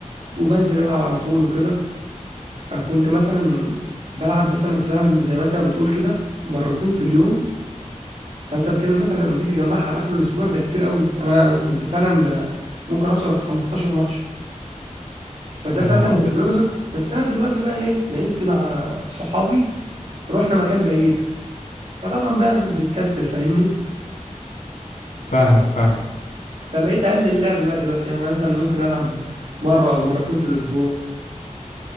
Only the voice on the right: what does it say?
وبنزل العب على طول وكده فكنت مثلا بلعب مثلا فعلا زي ما انت بتقول كده مرتين في اليوم فانت بتتكلم مثلا لما تيجي تجمعها على اخر الاسبوع ده كتير قوي يعني انا كنت فعلا ب... ممكن اوصل ل 15 ماتش فده
فعلا
بيرهق بس انا دلوقتي بقى ايه نقلت مع صحابي رحنا مكان بعيد فطبعا بقى بتكسل فاهمني
فبقيت اقلل اللعب بقى دلوقتي يعني أنا مثلا ممكن العب مره او مرتين في الاسبوع